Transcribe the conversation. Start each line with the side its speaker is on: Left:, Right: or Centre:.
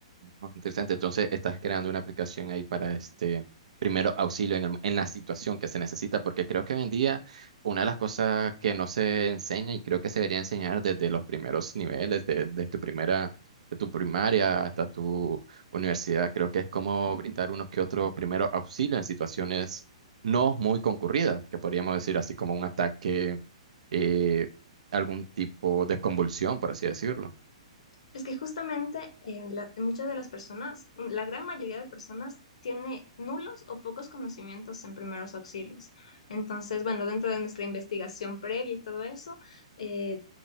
Right: Oh, Interesante. Entonces, estás creando una aplicación ahí para este primero auxilio en, el- en la situación que se necesita, porque creo que hoy en día una de las cosas que no se enseña y creo que se debería enseñar desde los primeros niveles, de, de tu primera, de tu primaria hasta tu universidad, creo que es cómo brindar unos que otros primeros auxilios en situaciones no muy concurridas, que podríamos decir así como un ataque, eh, algún tipo de convulsión, por así decirlo.
Left: Es que justamente en la- en muchas de las personas, la gran mayoría de personas tiene nulos o pocos conocimientos en primeros auxilios. Entonces, bueno, dentro de nuestra investigación previa y todo eso, eh,